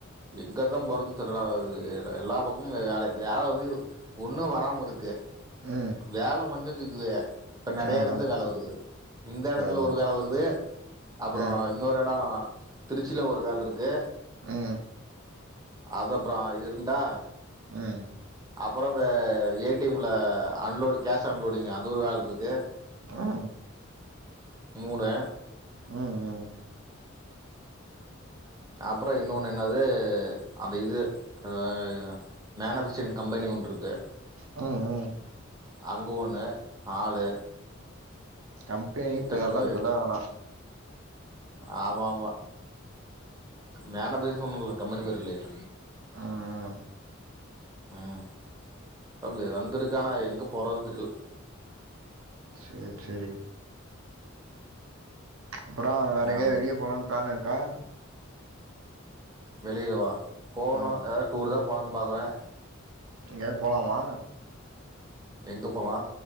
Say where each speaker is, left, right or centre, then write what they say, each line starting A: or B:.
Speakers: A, on the right; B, on the right.
A: எங்கதா போறதுன்னு தெர்லடா எ எல்லா பக்கமு வேல வேல வந்து ஒண்ணு வராமிருக்கு
B: ம்.
A: வேல வந்துத்திக்குவே இப்ப நெறைய
B: ஆ,
A: எடத்துல
B: ஆ.
A: வேல வருது இந்த எடத்துல
B: அதான், அதான்.
A: ஒரு வேல வருது அப்புறோ
B: ம்,
A: இன்னொரு எடோ திருச்சில ஒரு வேல்ருக்கு
B: ம்
A: அது அப்றோ அ இது இருந்தா
B: ம்
A: அப்பறம் ஆ ஏ டி எம் ல அன்லோடு கேஷ் அன்லோடிங் அது ஒரு வேல்ருக்கு
B: ம்
A: மூணு
B: ம் ம்
A: அப்பறோ இன்னொன்னு என்னாது அந்த இது ஆ அ மேனுஃபேக்சரிங் கம்பேனி ஒன்ட்ருக் கு
B: ம், ம்,
A: அங்க ஒண்ணு நாலு
B: கம்பேனி
A: இத்தன
B: பேர்ல்லா
A: பே
B: சொல்ல வேணா
A: ஆமா ஆமா மேனு <unintelligible> சொன்னுல்ல கம்பனி பேரு இல்லையே
B: அ அ
A: ம் அவ்வு வந்திருக்கானா எங்க போறதுன் தெரில
B: சேர் சேரி அப்புறோ வேற
A: என்ன
B: எங்கயாவ்
A: பண்ற
B: வெளிய போலான் ப்ளான் இருக்கா
A: வெளிலவா போகணு
B: ம்.
A: எதாது டூருதா போலான் பாக்குறே
B: எங்கயாவ் போலாமா
A: எங்கே போலா